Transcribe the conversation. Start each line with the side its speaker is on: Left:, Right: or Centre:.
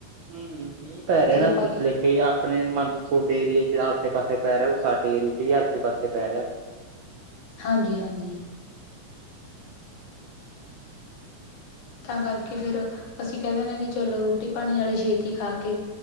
Right: ਹਮ ਹਮ ਹੀ ਪੈ ਰਹਿਣਾ
Left: ਜਦੋਂ ਆਪਾਂ
Right: ਪਿਛਲੇ ਕਈ ਆਪਣੇ ਮਤਲਬ ਤੁਹਾਡੇ ਏਰੀਏ ਚ ਆਸੇ ਪਾਸੇ ਪੈ ਰਿਹਾ ਉਹ ਸਾਡੇ ਏਰੀਏ ਚ ਵੀ ਆਸੇ ਪਾਸੇ ਪੈ ਰਿਹਾ
Left: ਹਾਂਜੀ ਹਾਂਜੀ ਤਾਂ ਕਰਕੇ ਫੇਰ ਅਸੀਂ ਕਹਿ ਦਿੰਦੇ ਵੀ ਚਲੋ ਰੋਟੀ ਪਾਣੀ ਵਾਲੇ ਛੇਤੀ ਖਾ ਕੇ